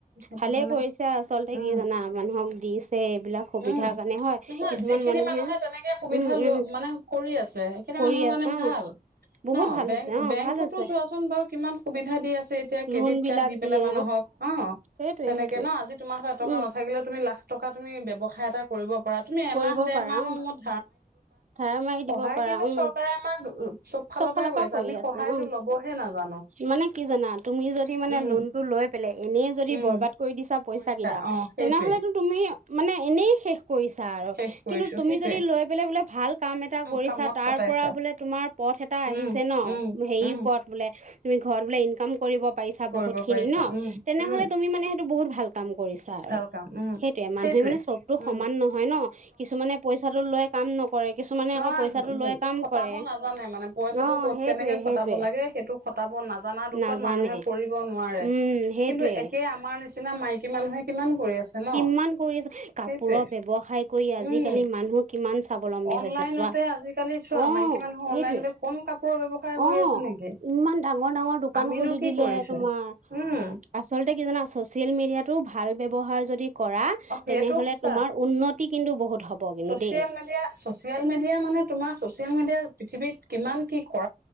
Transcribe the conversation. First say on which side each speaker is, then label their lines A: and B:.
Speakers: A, on the right (about 80°); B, on the right (about 50°).
A: সেইটো
B: ভালে
A: কাৰণে
B: কৰিছে আচল <unintelligible> তে
A: উম
B: কি জানা মানুহক দিছে এইবিলাক সুবিধাৰ
A: উম
B: কাৰণে হয়
A: নহয়
B: কিছুমান
A: যিখিনি
B: মানুহে
A: তেনেকে সুবিধা
B: উম
A: লোৱা
B: উম
A: মানে কৰি আছে সেইখিনি
B: কৰি
A: মানুহৰ কাৰণে
B: আছে অ
A: ভাল
B: বহুত
A: ন
B: ভাল
A: বেং
B: হৈছে অ
A: বেংকতো
B: ভাল হৈছে
A: চোৱাচোন বাৰু কিমান সুবিধা দি আছে এতিয়া ক্ৰেডিট
B: লোন বিলাক
A: কাৰ্ড দি পেলাই
B: দিয়ে
A: মানুহক অ
B: সেইটোৱে
A: তেনেকে
B: সেইটোৱে
A: ন আজি তোমাৰ <unintelligible> এটকা
B: উম
A: নাথাকিলেও তুমি লাখ টকা তুমি ব্যয়ৱসায় এটা কৰিব পাৰা তুমি এমাহ
B: কৰিব
A: ডেৰ
B: পাৰা
A: মাহৰ
B: উম
A: মূৰত <unintelligible>
B: ধাৰ মাৰি
A: সহায়
B: দিব পাৰা উম
A: চৰকাৰে আমাক
B: চব
A: পৰাই
B: ফালৰ
A: কৰিছে
B: পৰা কৰি
A: আমি
B: আছে
A: সহায়তো
B: অ
A: লবহে নাজানো
B: মানে কি জানা তুমি যদি মানে
A: উম
B: লোনটো লৈ পেলহি এনেই যদি
A: উম
B: বৰবাদ কৰি দিছা পইচা
A: কৰিছা
B: কেইটা
A: অ সেইটোৱে
B: তেনেহলেতো তুমি মানে এনেই শেষ <unintelligible> কৰিছা আৰু
A: শেষ কৰিছো
B: কিন্তু তুমি
A: সেইটোৱে
B: যদি লৈ পেলাই বোলে ভাল কাম এটা কৰিছা
A: কামত
B: তাৰ
A: খটাইছা
B: পৰা বোলে তোমাৰ পথ এটা আহিছে
A: উম
B: ন
A: উম
B: হেৰি
A: উম
B: ওপৰত বোলে তুমি ঘৰত বোলে ইনকাম কৰিব পাৰিছা
A: কৰিব
B: বহুত খিনি
A: পাৰিছা
B: ন
A: উম
B: তেনেহলে
A: উম
B: তুমি মানে সেইটো বহুত ভাল কাম কৰিছা আৰু
A: ভাল কাম উম
B: সেইটো মানুহে
A: সেইটোৱে
B: মানে চবটো
A: উম
B: সমান নহয় ন কিছুমানে পইচাটো লৈ কাম নকৰে কিছুমানে
A: নহ
B: আকৌ পইচাটো লৈ কাম
A: শটাব
B: কৰে
A: নাজো <unintelligible> হোৱানাই মানে পইচাটো
B: অ
A: ক'ত
B: সেইটোৱে
A: কেনেকে খটাব
B: সেইটোৱে
A: লাগে সেইটো খটাব নাজানা দুখত
B: নাজানে
A: মানুহে কৰিব নোৱাৰে
B: উম
A: <unintelligible>
B: সেইটোৱে
A: কিন্তু এতিয়া আমাৰ নিচিনা মাইকী মানুহে কিমান কৰি আছে ন
B: কিমান কৰিছ কাপোৰৰ
A: সেইটোৱে
B: ব্যৱসায়। কৰি আজিকালি
A: উম
B: মানুহ কিমান স্বাৱলম্ব <unintelligible> বি
A: অনলাইনতে
B: হৈছে চোৱা
A: আজিকালি চোৱা
B: আহ
A: মাইকী মানুহ
B: সেইটোৱে
A: অনলাইনতে কম কাপোৰৰ ব্যৱসায় কৰি
B: অ
A: আছে নেকি
B: ইমান <unintelligible> ডাঙৰ ডাঙৰ দোকান
A: আমিনো
B: খুলি
A: কি
B: দিলে
A: কৰিছো
B: তোমাৰ
A: উম
B: আচলতে কি জানা চচিয়েল মিডিয়াত টো ভাল ব্যৱহাৰ যদি কৰা
A: অ সেইটো
B: তেনেহলে
A: সঁচা
B: তোমাৰ উন্নতি কিন্তু বহুত হ'ব কিন্তু
A: ছচিয়েল
B: দেই
A: মিডিয়া ছচিয়েল মিডিয়া মানে তোমাৰ চচিয়েল মিডিয়া পৃথিৱীত